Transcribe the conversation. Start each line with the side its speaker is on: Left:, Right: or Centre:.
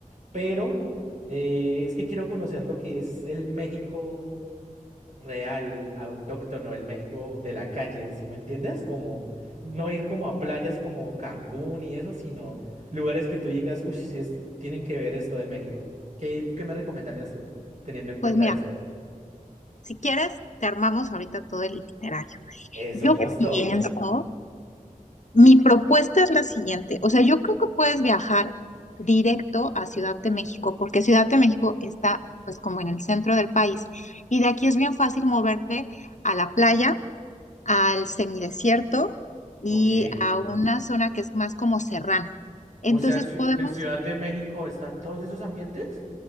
Right: pero eh, es que quiero conocer lo que es el México real, autóctono del México de la calle, ¿sí me entiendes? Como no ir como a playas como Cancún y eso, sino lugares que tú digas, uy, tienen que ver esto de México. ¿Qué, qué me recomendarías tú, teniendo en cuenta
Left: Pues mira,
Right: eso?
Left: si quieres, te armamos ahorita todo el itinerario.
Right: Eso,
Left: Yo
Right: listo.
Left: pienso, Mi propuesta es la siguiente, o sea, yo creo que puedes viajar directo a Ciudad de México, porque Ciudad de México está pues como en el centro del país y de aquí es bien fácil moverte a la playa, al semidesierto y
Right: Ok.
Left: a una zona que es más como serrana. Entonces
Right: O sea, en, Ciu-
Left: podemos
Right: en Ciudad de México están todos esos ambientes.